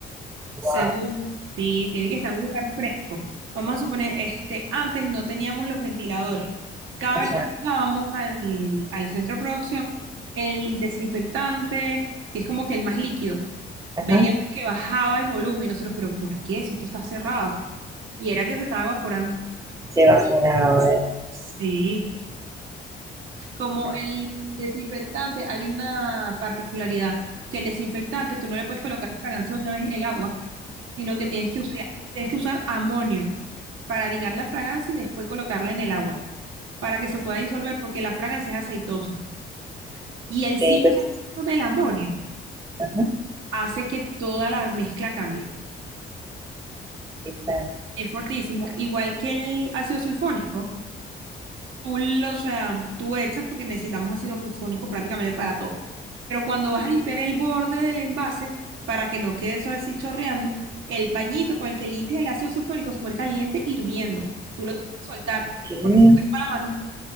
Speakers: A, on the right; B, on the right.
A: Wow,
B: Según, sí, tiene que estar en un lugar fresco. Vamos a suponer, este, antes no teníamos los ventiladores. Cada
A: ajá,
B: vez que llegábamos al, al centro de producción, el desinfectante, que es como que el más líquido,
A: ajá.
B: veíamos que bajaba el volumen y nosotros, pero ¿por qué? Si esto está cerrado. Y era que se estaba evaporando.
A: Se evaporaba,
B: Sí. Como el desinfectante, hay una particularidad, que el desinfectante tú no le puedes colocar fragancia una vez en el agua, sino que tienes que usar, tienes que usar amonio para ligar la fragancia y después colocarla en el agua, para que se pueda disolver, porque la fragancia es aceitosa. Y el simple
A: Entonces,
B: efecto del amonio
A: ajá,
B: hace que toda la mezcla cambie.
A: ¿qué tal?
B: Es fortísimo, igual que el ácido sulfónico. tú, lo- o sea, tú echas porque necesitamos ácido sulfónico prácticamente para todo. Pero cuando vas a limpiar el borde del envase, para que no quede eso así chorreando, el pañito con el que limpias el ácido sulfónico se pone caliente hirviendo. Tú lo tienes que soltar
A: ¿Qué?
B: porque si no te quema la mano.